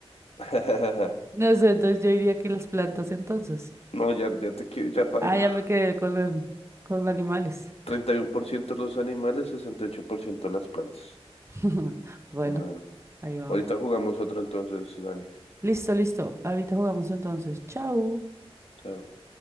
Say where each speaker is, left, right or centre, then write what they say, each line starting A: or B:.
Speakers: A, on the left; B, on the right.
A: <laughs>
B: No sé, entonces yo diría que las plantas entonces.
A: No, ya, ya te quiero, ya paila.
B: Ah, ya me quedé con el, con animales.
A: treinta y uno por ciento los animales, 68% las plantas.
B: <laughs> Bueno,
A: Bueno,
B: ahí va.
A: ahorita jugamos otro entonces, Dani.
B: Listo, listo. Ahorita jugamos entonces. Chao.
A: Chao.